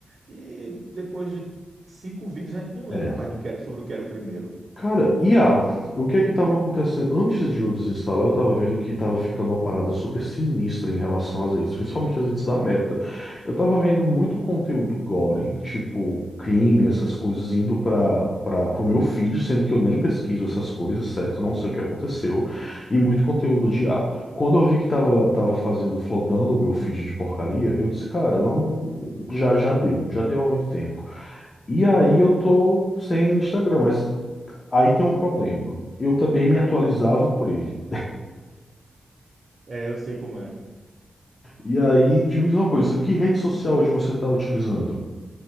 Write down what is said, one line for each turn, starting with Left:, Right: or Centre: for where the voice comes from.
Right: E depois de cinco vídeos, a gente não
Left: É.
Right: lembra mais do que era, sobre o que era o primeiro.
Left: Cara, I a, o que é que estava acontecendo? Antes de eu desinstalar, eu estava vendo que estava ficando uma parada super sinistra em relação às redes, principalmente as redes da Meta. Eu estava vendo muito conteúdo gore, tipo crime, essas coisas, indo para para o meu feed, sendo que eu nem pesquiso essas coisas, certo? Não sei o que aconteceu. E muito conteúdo de I a. Quando eu vi que estava tava tava fazendo, flodando o meu feed de porcaria, eu disse, cara, não, já, já deu, já deu há muito tempo. E aí eu tô sem Instagram, mas aí tem um problema. Eu também me atualizava por ele.
Right: É, eu sei como é.
Left: E aí, diz uma coisa, que rede social hoje você está utilizando?